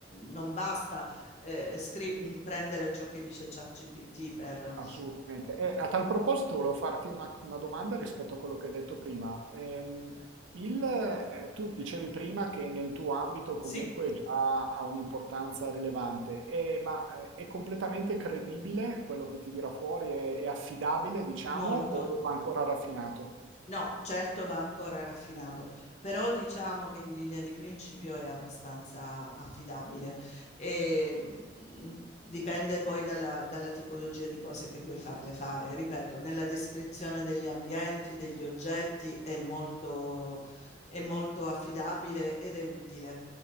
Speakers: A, on the left; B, on the right.
A: non basta eh, scri- prendere ciò che dice ChatGPT per...
B: Assolutamente. E a tal proposito volevo farti una, una domanda rispetto a quello che hai detto prima. Ehm, il, eh, tu dicevi prima che nel tuo ambito comunque
A: Sì,
B: già ha un'importanza rilevante, E- ma eh, è completamente credibile quello che ti dirà fuori, è, è affidabile, diciamo,
A: molto.
B: o va ancora raffinato?
A: No, certo va ancora raffinato, però diciamo che in linea di principio è abbastanza affidabile. E, mh, dipende poi dalla, dalla tipologia di cose che vuoi farle fare. Ripeto, nella descrizione degli ambienti, degli oggetti è molto, è molto affidabile ed è utile.